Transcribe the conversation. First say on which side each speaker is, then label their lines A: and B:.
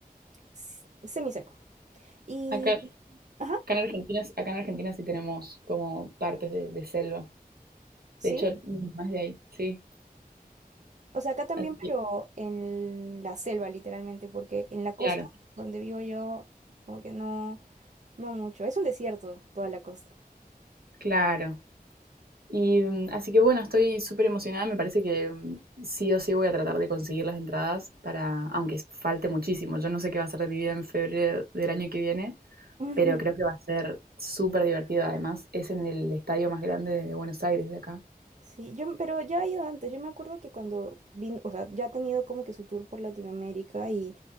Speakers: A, on the right; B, on the right.
A: s- semiseco. Y,
B: Acá,
A: ajá,
B: acá en Argentina, acá en Argentina sí tenemos como partes de, de selva.
A: sí,
B: De hecho, más de ahí, sí.
A: o sea, acá también,
B: Así que,
A: pero en la selva literalmente, porque en la costa
B: claro,
A: donde vivo yo, como que no. No mucho, es un desierto toda la costa.
B: claro. Y mm, así que bueno, estoy súper emocionada. Me parece que mm, sí o sí voy a tratar de conseguir las entradas para, aunque falte muchísimo. Yo no sé qué va a ser de mi vida en febrero del año que viene,
A: <laughs>
B: pero creo que va a ser súper divertido. Además, es en el estadio más grande de Buenos Aires, de acá.
A: Sí, yo, pero ya he ido antes. Yo me acuerdo que cuando vino, o sea, ya ha tenido como que su tour por Latinoamérica y